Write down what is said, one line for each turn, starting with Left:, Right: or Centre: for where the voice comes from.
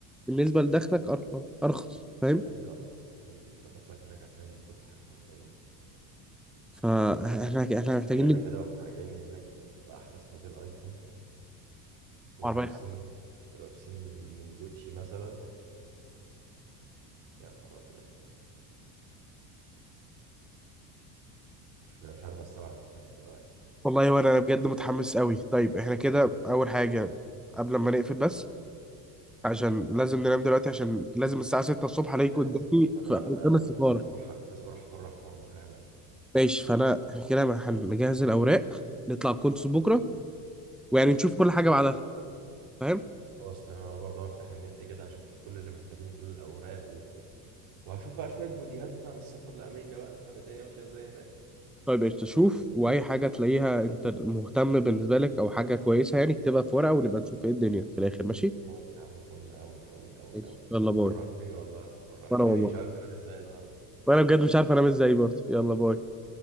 Centre: بالنسبه لدخلك أر- ارخص فاهم
Right: اكيد ارخص اكيد انت داخلك هناك هتعمل بكل حاجه حرفيا
Centre: فاحنا احنا محتاجين
Right: تخيلنا
Centre: نجيب
Right: كده واحنا راجعين من هناك ب- باحدث موديل ايفون ولابسين
Centre: عربية
Right: ولابسين من جوتشي مثلا يا نهار ابيض مش مش عارف استوعب لحد دلوقتي
Centre: والله وانا انا بجد متحمس قوي طيب احنا كده اول حاجه قبل ما نقفل بس عشان لازم ننام دلوقتي عشان لازم الساعه 6 الصبح عليكم
Right: لازم
Centre: قدامي
Right: انا
Centre: قدام
Right: انا وانا
Centre: السفاره
Right: لازم اروح لازم اروح افرح ماما حالا
Centre: ماشي فانا احنا كده هنجهز الاوراق نطلع الكونسول بكره ويعني نشوف كل حاجه بعدها فاهم
Right: خلاص تمام انا برضه هفتح النت كده هشوف كل اللي محتاجينه كل الاوراق و... وهشوف بقى شويه فيديوهات كده عن السفر لامريكا بقى نفهم الدنيا ماشيه ازاي هناك
Centre: طيب ايش تشوف واي حاجه تلاقيها انت مهتم بالنسبه لك او حاجه كويسه يعني اكتبها في ورقه ونبقى نشوف ايه الدنيا في الاخر ماشي
Right: خلاص يا عم فل قوي قوي قوي
Centre: ماشي
Right: قوي
Centre: يلا باي
Right: فرحتني والله فرحتني
Centre: وانا والله
Right: مش عارف انام ازاي النهارده
Centre: وانا بجد مش عارف انام ازاي برضه يلا باي